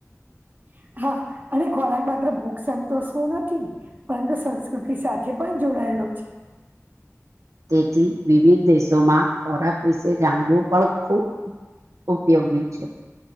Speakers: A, on the right (about 35°); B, on the right (about 70°).
A: <unintelligible> હા, અને ખોરાક માત્ર ભૂખ સંતોષવો નથી પરંતુ સંસ્કૃતિ સાથે પણ જો ડાઈલો છે.
B: તેથી વિવિધ દેશોમાં ખોરાક વિશે જાણવું પણ ખૂબ ઉપયોગી છે.